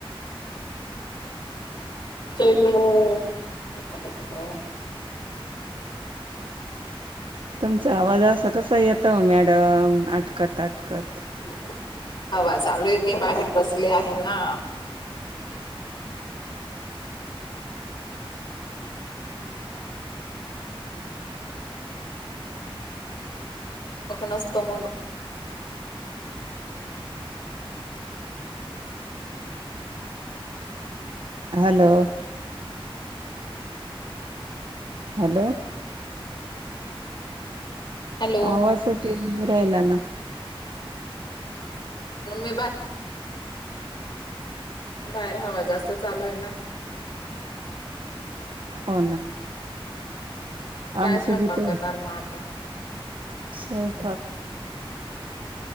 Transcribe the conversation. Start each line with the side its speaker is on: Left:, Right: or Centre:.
Left: <inaudible> चलो, काय करायचं?
Right: तुमचा आवाज असा कसा येतोय ओ, मॅडम आटकत-आटकत.
Left: <inaudible> हवा चालूय, मी बाहेर बसली आहे ना? <unintelligible>
Right: हॅलो? हॅलो?
Left: हॅलो
Right: आवाजच येवु नाही राहिला ना?
Left: म्हणून मी बा <inaudible> बाहेर हवा जास्त चालू आहे ना.
Right: हो ना.
Left: काय
Right: आमची
Left: स्वयंपाक
Right: बी तर
Left: करणार मग आता?
Right: स्वयंपाक.